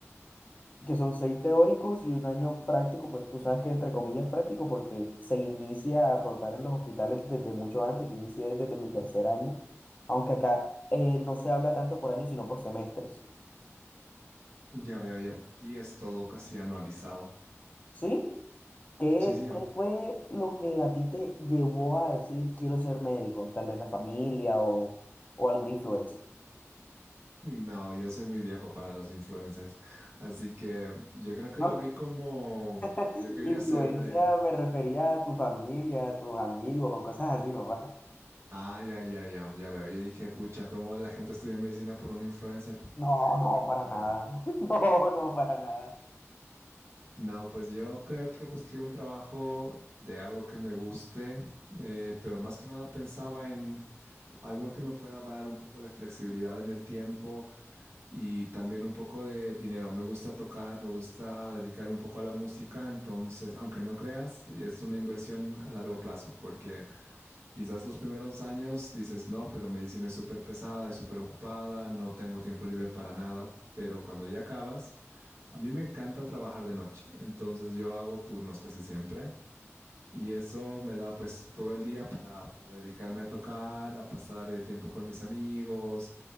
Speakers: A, on the left; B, on the right.
A: que son seis teóricos y un año práctico, pues tú sabes que entre comillas práctico porque se inicia a rotar en los hospitales desde mucho antes, yo inicié desde mi tercer año, aunque acá eh, no se habla tanto por años sino por semestres,
B: Ya veo, ya veo. Aquí es todo casi anualizado.
A: ¿sí? ¿Qué,
B: Sí, sí.
A: qué
B: oye.
A: fue lo que a ti te llevó a decir quiero ser médico? Tal vez la familia o, o alguna influencia.
B: No, yo soy muy viejo para los influencers. Así que yo creo que
A: No,
B: lo vi como,
A: <laughs>
B: pues yo quería
A: influencia
B: ser eh,
A: me refería a tu familia, a tus amigos o cosas así, papá.
B: Ah, ya, ya, ya, ya veo. Yo dije, pucha, ¿cómo la gente estudia medicina por un influencer?
A: No, no, para
B: Oh.
A: nada. <laughs> No, no, para nada.
B: No, pues yo creo que busqué un trabajo de algo que me guste, eh, pero más que nada pensaba en algo que me pueda dar un poco de flexibilidad en el tiempo y también un poco de dinero. Me gusta tocar, me gusta dedicarme un poco a la música, entonces, aunque no creas, es una inversión a largo plazo, porque Quizás los primeros años dices, no, pero medicina es súper pesada, es súper ocupada, no tengo tiempo libre para nada, pero cuando ya acabas, a mí me encanta trabajar de noche, entonces yo hago turnos casi siempre y eso me da pues todo el día para, para dedicarme a tocar, a pasar el tiempo con mis amigos,